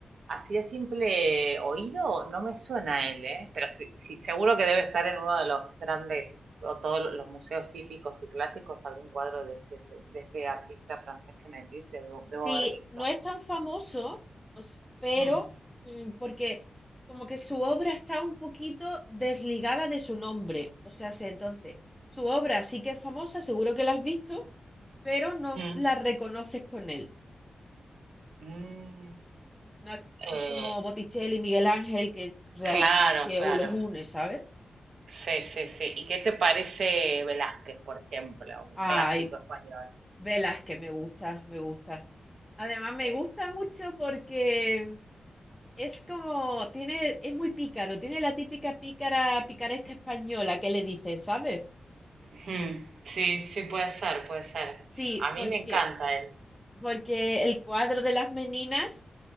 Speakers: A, on the right; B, in the centre.
A: así a simple oído no me suena él, ¿eh? Pero sí, sí, seguro que debe estar en uno de los grandes, o todos lo- los museos típicos y clásicos, algún cuadro de este, de este artista francés que me decís, debo, debo
B: Sí,
A: haber visto.
B: no es tan famoso, o s- pero
A: Mm,
B: mm, porque como que su obra está un poquito desligada de su nombre. O sea, se- entonces, su obra sí que es famosa, seguro que la has visto, pero no s-
A: mm,
B: la reconoces con él.
A: mm.
B: No es, no
A: Eh,
B: es como Botticelli, Miguel Ángel, que, real,
A: claro,
B: que
A: claro.
B: u- los une, ¿sabes?
A: Sí, sí, sí. ¿Y qué te parece Velázquez, por ejemplo, un
B: Ay,
A: clásico español?
B: Velázquez, me gusta, me gusta. Además,
A: Sí.
B: me gusta mucho porque Es como, tiene, es muy pícaro, tiene la típica pícara, picaresca española que le dicen, ¿sabes?
A: Ujú. Sí, sí, puede ser, puede ser.
B: Sí,
A: A mí
B: porque,
A: me encanta él.
B: porque el cuadro de las meninas